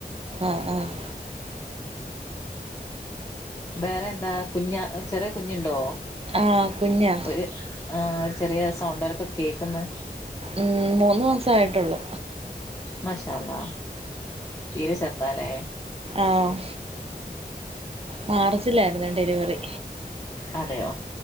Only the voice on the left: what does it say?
വേറെ എന്താ കുഞ്ഞ ചെറിയ കുഞ്ഞുണ്ടോ
ഒരു ആഹ് ഒരു ചെറിയ സൗണ്ടരൊക്കെ കേക്ക്ന്ന്
മാഷാ അള്ളാ തീരെ ചെറുതാല്ലേ
അതെയോ